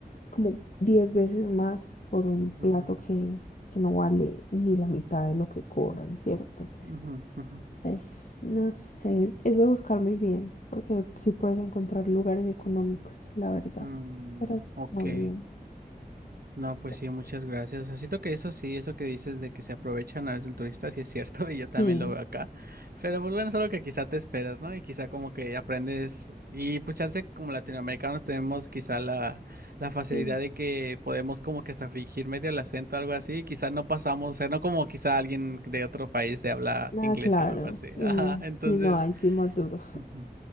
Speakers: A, on the left (about 55°); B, on the right (about 70°).
A: como 10 veces más por un plato
B: ujú,
A: que, que no vale ni la mitad de lo que cobran, ¿cierto?
B: ujú, ujú,
A: Es, no sé, es, es de buscar muy bien, porque sí puedes encontrar lugares económicos, la verdad,
B: mm,
A: pero
B: ok,
A: también
B: No, pues
A: costosos.
B: sí, muchas gracias. O sea, siento que eso sí, eso que dices de que se aprovechan a veces el turista, sí es cierto, <laughs> y yo también
A: Mm,
B: lo veo acá. Pero pues bueno, es algo que quizá te esperas, ¿no? Y quizá como que aprendes, y pues chance como latinoamericanos tenemos quizá la, la facilidad
A: Sí.
B: de que podemos como que hasta fingir medio el acento, algo así, y quizá no pasamos, o sea, no como quizá alguien de otro país de habla
A: Ah,
B: inglesa
A: claro,
B: o algo así.
A: y
B: <laughs> Ajá,
A: más,
B: entonces...
A: si no hay, sí más duro.
B: Ujú.